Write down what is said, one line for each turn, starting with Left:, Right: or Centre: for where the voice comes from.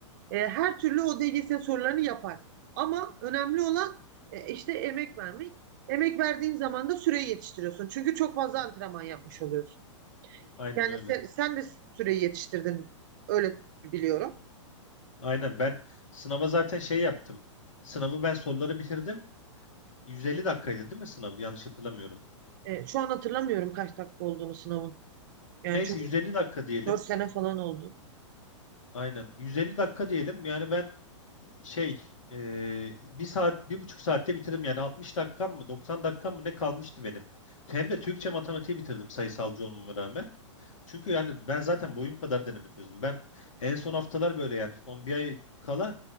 Right: E, her türlü o DGS sorularını yapar. Ama önemli olan e, işte emek vermek. Emek verdiğin zaman da süreyi yetiştiriyorsun. Çünkü çok fazla antrenman yapmış oluyorsun.
Left: Aynen
Right: Yani
Left: öyle.
Right: sen, sen de süreyi yetiştirdin. Öyle biliyorum.
Left: Aynen ben sınava zaten şey yaptım. Sınavı ben soruları bitirdim. 150 dakikaydı değil mi sınav? Yanlış hatırlamıyorum.
Right: E, şu an hatırlamıyorum kaç dakika olduğunu sınavın. Yani
Left: Neyse
Right: çünkü
Left: 150 dakika diyelim.
Right: 4 sene falan oldu.
Left: Aynen. 150 dakika diyelim. Yani ben şey e, bir saat bir buçuk saatte bitirdim. Yani 60 dakikam mı 90 dakikam mı ne kalmıştı benim. Hem de Türkçe matematiği bitirdim sayısalcı olmama rağmen. Çünkü yani ben zaten boyum kadar deneme çözdüm. Ben en son haftalar böyle yani son bir ay kala